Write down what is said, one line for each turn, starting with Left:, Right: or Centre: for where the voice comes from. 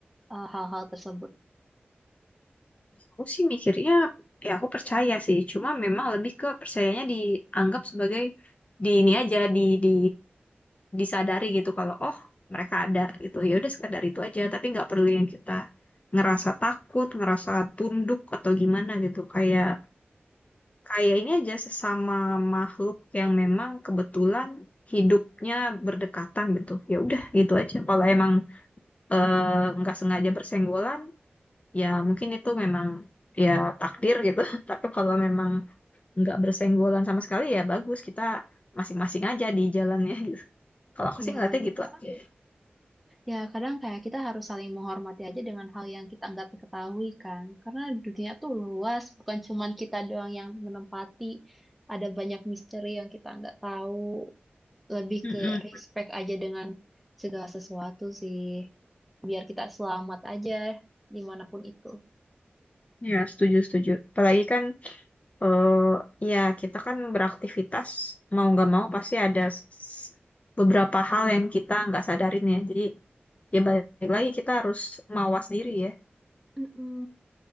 Centre: eh, hal-hal tersebut
Left: Aku sih mikirnya ya aku percaya sih, cuma memang lebih ke percayanya dianggap sebagai di ini aja di di disadari gitu kalau oh mereka ada gitu ya udah sekedar itu aja tapi nggak perlu yang kita ngerasa takut, ngerasa tunduk atau gimana gitu kayak kayak ini aja sesama makhluk yang memang kebetulan hidupnya berdekatan gitu. Ya udah gitu aja. Kalau emang eh, nggak sengaja bersenggolan, ya mungkin itu memang ya takdir gitu. <laughs> Tapi kalau memang nggak bersenggolan sama sekali ya bagus kita masing-masing aja di jalannya gitu. Kalau aku
Centre: Iya
Left: sih ngeliatnya
Centre: gitu
Left: gitu aja.
Centre: ya kadang kayak kita harus saling menghormati aja dengan hal yang kita nggak ketahui kan karena dunia tuh luas bukan cuman kita doang yang menempati ada banyak misteri yang kita nggak tahu lebih
Left: Mm-mm.
Centre: ke respect aja dengan segala sesuatu sih biar kita selamat aja dimanapun itu
Left: Ya, setuju, setuju. Apalagi kan eh, ya kita kan beraktivitas mau nggak mau pasti ada s- s- beberapa hal yang kita nggak sadarin ya. Jadi ya balik lagi kita harus mawas diri ya.
Centre: Mm-mm.